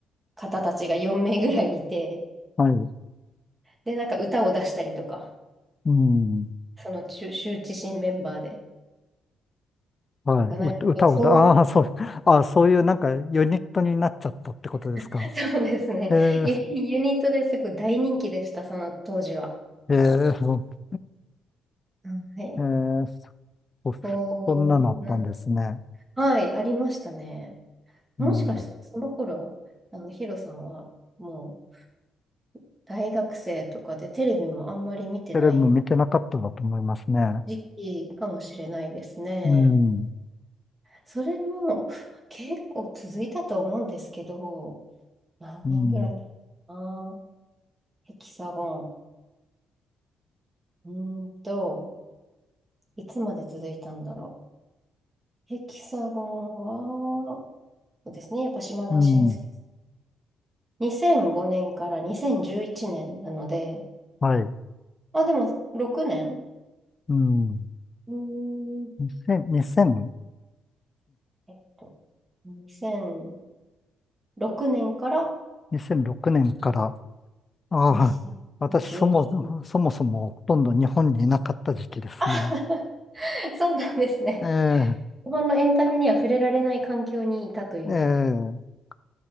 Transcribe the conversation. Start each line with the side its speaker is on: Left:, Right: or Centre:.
Right: 方たちが4名ぐらいいて、
Left: はい。
Right: で、なんか歌を出したりとか、
Left: うん。
Right: その羞羞恥心メンバーで。
Left: はい。
Right: なんかそう、
Left: う、歌をだ、
Right: そう
Left: ああ、そう、ああ、そういうなんかユニットになっちゃったってことですか。
Right: <laughs> そうですね。
Left: ええ、
Right: ユニ、ユニットですごい大人気でした、その当時は。
Left: ええ、そう
Right: うんはい。
Left: えーそ、
Right: そう、
Left: そんなのあったんですね。
Right: はい、ありましたね。もしかしたらその頃、
Left: うん。
Right: あの、ヒロさんはもう大学生とかでテレビもあんまり見てない
Left: テレビも見てなかったんだと思いますね。
Right: 時期かもしれないですね。
Left: うん、
Right: それも結構続いたと思うんですけど、何年ぐらいだったかな。
Left: うん、
Right: ヘキサゴン。うーんと、いつまで続いたんだろう。ヘキサゴンは、そうですね、やっぱ島田紳助さ
Left: うん、
Right: ん。2005年から2011年なので、
Left: はい。
Right: まあ、でも6年
Left: うん。
Right: うーん
Left: 2000、2 0
Right: えっと、2006年から
Left: 0年、6年から、ああ、
Right: 2011。
Left: 私、そも、そもそもほとんど日本にいなかった時期ですね。
Right: <laughs> そうなんですね。
Left: え
Right: 日本のエンタメには触れられない環境にいたという。
Left: え、ええ